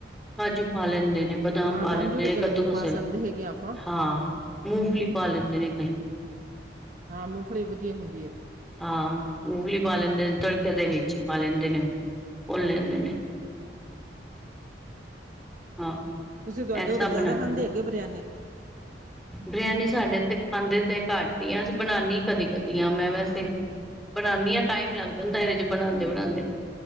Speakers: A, in the centre; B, on the right.
A: ਕਾਜੂ ਪਾ ਲੈਂਦੇ ਨੇ। ਬਦਾਮ
B: ਹਾਂ
A: ਪਾ
B: ਕਾਂਜੂ
A: ਲੈਂਦੇ
B: ਤਾਂ
A: ਨੇ
B: ਚਲੋ
A: ਕੱਦੂਕਸ
B: ਵੀ ਪਾ
A: ਵਾਲੀ,
B: ਸਕਦੇ ਹੈਗੇ ਆਪਾਂ
A: ਹਾਂ ਮੂੰਗਫਲੀ ਪਾ ਲੈਂਦੇ ਨੇ ਕਈ,
B: ਹਾਂ ਮੂੰਗਫਲੀ ਵੀ ਵਧੀਆ ਹੁੰਦੀ ਹੈ।
A: ਹਾਂ ਮੂੰਗਲੀ ਪਾ ਲੈਂਦੇ ਨੇ ਤੜਕੇ ਦੇ ਵਿੱਚ ਹੀ ਪਾ ਲੈਂਦੇ ਨੇ, ਭੁਨ ਲੈਂਦੇ ਨੇ, ਹਾਂ
B: ਤੁਸੀਂ ਤੁਹਾਡੇ
A: ਐਸਾ
B: ਉੱਧਰ ਜ਼ਿਆਦਾ
A: ਬਣਾ
B: ਖਾਂਦੇ ਆ ਹੈਗੇ ਬਰਿਆਨੀ,
A: ਬਰਿਆਨੀ ਸਾਡੇ ਤੇ ਖਾਂਦੇ ਤੇ ਘੱਟ ਹੀ ਆ ਅਸੀਂ ਬਣਾਉਣੀ ਕਦੀ-ਕਦੀ ਆ ਮੈਂ ਵੈਸੇ, ਬਣਾਉਣੀ ਆ ਟਾਈਮ ਲੱਗ ਜਾਂਦਾ ਇਹਦੇ ਚ ਬਣਾਦੇ ਬਣਾਦੇ।